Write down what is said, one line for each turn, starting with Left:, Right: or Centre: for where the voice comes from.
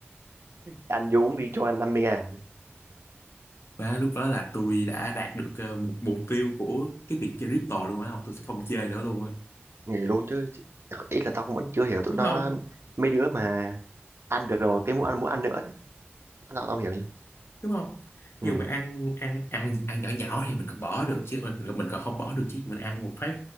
Right: ăn vô uống đi cho anh mươi ngàn
Left: và lúc đó là tôi đã đạt được ờ, một mục tiêu của cái việc chơi crypto luôn á không tôi sẽ không chơi nữa luôn á
Right: nghỉ luôn chứ Chứ- ý là tao cũng vẫn chưa hiểu tụi
Left: đúng
Right: nó
Left: không
Right: mấy đứa mà ăn được rồi cái muốn ăn muốn ăn nữa tao tao hiểu nhỉ
Left: đúng không
Right: ừ,
Left: ví dụ mà ăn ăn ăn ăn nhỏ nhỏ thì mình còn bỏ được chứ mình mình còn không bỏ được chứ mình ăn một phát